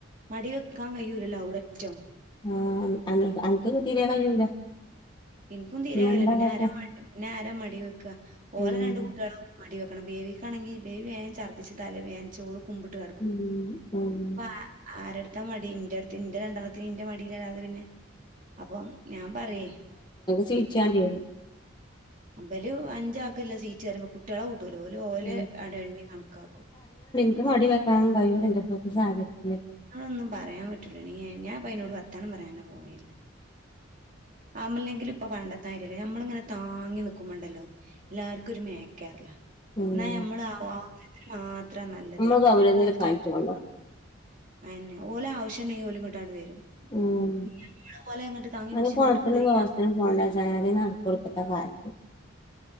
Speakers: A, on the right (about 40°); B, on the left (about 25°).
A: മടി വെക്കാൻ കഴിയൂല്ലല്ലോ അവിട ഒറ്റോ
B: ആ അന് അൻ അനക്ക് കുട്ടിനെ കഴിയൂല
A: എനിക്കും തീരെ
B: പിന്നെന്താ
A: കയില്ല പിന്നെ
B: കാട്ടാ
A: ആരാ മടി പിന്നെ ആരാ മടി വെയ്ക്ക ഓലെ
B: ഉം
A: രണ്ട് കൂട്ടികളും മടി വെക്ക എക്കണം ബേബിക്കാണെങ്കിൽ ബേബി വേൻ ഛർദ്ദിച്ച് തലവേനി ച്ചോളും കുമ്പിട്ട് കിടക്കും
B: ഉം ഉം
A: അ ആരടുത്ത് ഇൻ്റെ മടി ഇൻ്റടുത്ത് ഇന്റെ രണ്ടെണ്ണത്തിന് ഇന്റെ മടിൽ അല്ലാതെ പിന്നെ അപ്പം ഞാൻ പറയെ
B: ചിരിച്ചാണ്ടിയിരുന്നു
A: അമ്പേല് അഞ്ചാക്ക്ള്ള സീറ്റ് തരുമ്പോ കുട്ടികളെ കൂട്ടൂല്ല ഓല് ഓല്
B: ഉം
A: അടെ എണ്ണി കണക്കാക്കും
B: ക്ക് മടി വെക്കാനൊന്നും കഴിയൂല്ല എന്നെകൊണ്ട് സാധിക്കില്ല
A: അതൊന്നും പറയാൻ പറ്റൂല നീ ഞാൻ ഇപ്പം അയിനോട് വർത്താനം പറയാനോ പോയില്ല ആംമല്ലെങ്കിലും ഇപ്പൊ പണ്ടത്തെ മാര്യല്ല ഞമ്മളിങ്ങനെ താങ്ങി നിക്കുമ്പോണ്ടല്ലോ എല്ലാർക്കും ഒരു മേക്കേറലാ
B: ഉം
A: എന്നാ ഞമ്മള് ആവശ്യത്തിന് മാത്രാ നല്ലത്
B: നമ്മള് ഗൗരവം
A: അപ്പൊ
B: എടുക്കാഞ്ഞിട്ടൊള്ളു
A: ഓൽക്ക് അന്നെ ഓലെ ആവശ്യ ഉണ്ടെങ്കിൽ ഓലിങ്ങോട്ടാണ്ട് വരും
B: ഉം
A: ഞമ്മള് ഓലെ ഇങ്ങട്ട് താങ്ങി
B: <unintelligible>
A: പിടിച്ച്
B: പോണ്ടാന്ന്
A: ഇങ്ങട്ട് പോരി
B: വച്ചാ അതാ നടക്ക് കൊടുക്കണ്ട കാര്യ